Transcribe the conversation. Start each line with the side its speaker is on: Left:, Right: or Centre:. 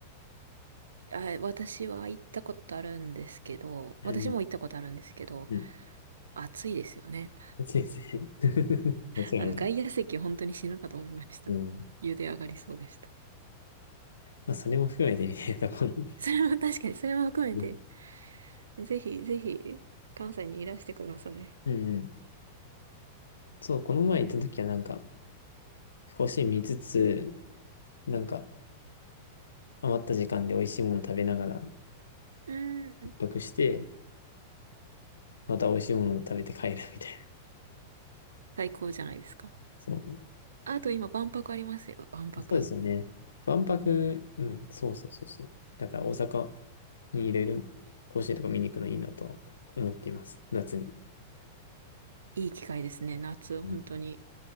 Right: あ、私は行ったことあるんですけど、
Left: うん。
Right: 私も行ったことあるんですけど、
Left: うん。
Right: 暑いですよね。
Left: 暑いですね。<laughs> 間違いない。
Right: あの、外野席本当に死ぬかと思いました。
Left: うん。
Right: 茹で上がりそうでした。
Left: まあ、それも含めてみたいなところ。
Right: それも確かに、それも含めて、
Left: うん。
Right: ぜひぜひ、関西にいらしてください。
Left: うんうん。そう、この前行った時はなんか、甲子園見つつ、なんか、余った時間で美味しいもの食べながら、万
Right: うん。
Left: 泊して、また美味しいものを食べて帰るみたいな。
Right: 最高じゃないですか。
Left: そう。
Right: あと今、万博ありますよ。万博。
Left: そうですよね。万博、うん、そうそうそうそう。だから大阪にいろいろ甲子園とか見に行くのいいなと思っています。夏に。
Right: いい機会ですね。夏、
Left: うん
Right: 本当に